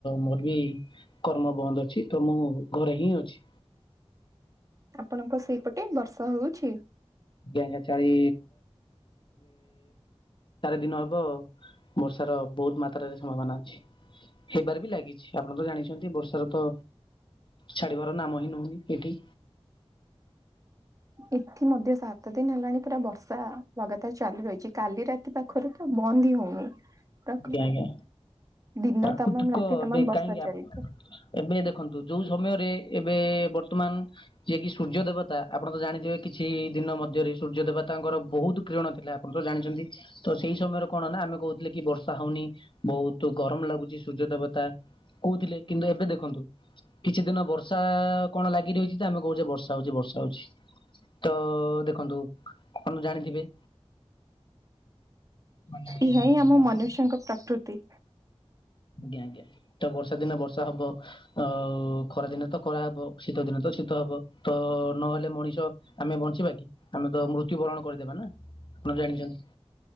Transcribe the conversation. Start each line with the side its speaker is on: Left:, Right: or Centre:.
Left: ମୋର ବି କର୍ମ ବନ୍ଦ ଅଛି ତ ମୁଁ ଘରେ ହିଁ ଅଛି
Right: ଆପଣଙ୍କ ସେଇପଟେ ବର୍ଷା ହଉଛି?
Left: <unintelligible> ଚାରି ଦିନ ହବ ବର୍ଷାର ବହୁତ ମାତ୍ରାରେ ସମ୍ଭାବନା ଅଛି। ହେବାର ବି ଲାଗିଛି ଆପଣ ତ ଜାଣିଛନ୍ତି ବର୍ଷାର ତ ଛାଡିବାର ନାମ ହିଁ ନୋଉନି ଏଇଠି।
Right: ଏଠି ମଧ୍ୟ ସାତ ଦିନ ହେଲାଣି ପୁରା ବର୍ଷା ଲଗାତାର ଚାଲୁ ରହିଛି କାଲି ରା ତି ପାଖରୁ ତ ବନ୍ଦ ହି ହଉନି। ତକ୍
Left: ଆଜ୍ଞା ଆଜ୍ଞା
Right: ଦିନ
Left: ପ୍ରାକୃତିକ
Right: ତମାମ ରାତି ତମାମ
Left: ଏବେ
Right: ବର୍ଷା
Left: କାହିଁକି
Right: ଚାଲିଛି।
Left: ଆପ୍ ଏବେ ଦେଖନ୍ତୁ ଯୋଉ ସମୟରେ ଏବେ ବର୍ତ୍ତମାନ ଯିଏ କିି ସୂର୍ଯ୍ୟ ଦେବତା ଆପଣ ତ ଜାଣିଥିବେ କିଛି ଦିନ ମଧ୍ୟରେ ସୂର୍ଯ୍ୟ ଦେବତାଙ୍କର ବହୁତ କିରଣ ଥିଲା। ଆପଣ ତ ଜାଣିଛନ୍ତି ତ ସେଇ ସମୟରେ କଣ ନା ଆମେ କହୁଥିଲେ କି ବର୍ଷା ହଉନି ବହୁତ ଗରମ ଲାଗୁଛି। ସୂର୍ଯ୍ୟ ଦେବତା କହୁଥିଲେ କିନ୍ତୁ ଏବେ ଦେଖନ୍ତୁ କିଛି ଦିନ ବର୍ଷା କଣ ଲାଗି ରହିଛି ତ ଆମେ କହୁଛେ ବର୍ଷା ହଉଛି ବର୍ଷା ହଉଛି। ତ ଦେଖନ୍ତୁ ଆମେ ଜାଣିଥିବେ ମାନେ
Right: ଏହା
Left: ଦେଖନ୍ତୁ
Right: ହିଁ ଆମ
Left: ବର୍ଷାରେ
Right: ମନୁଷ୍ୟଙ୍କ ପ୍ରକୃତି
Left: ଆଜ୍ଞା ଆଜ୍ଞା ତ ବର୍ଷା ଦିନେ ବର୍ଷା ହବ। ଆଉ ଖରାଦିନେ ତ ଖରା ହବ ଶୀତ ଦିନେ ତ ଶୀତ ହବ ତ ନହେଲେ ମଣିଷ ଆମେ ବଞ୍ଚିବା କି ଆମେ ତ ମୃତ୍ୟୁ ବରଣ କରିଦବା ନା ଆପଣ ଜାଣିଛନ୍ତି।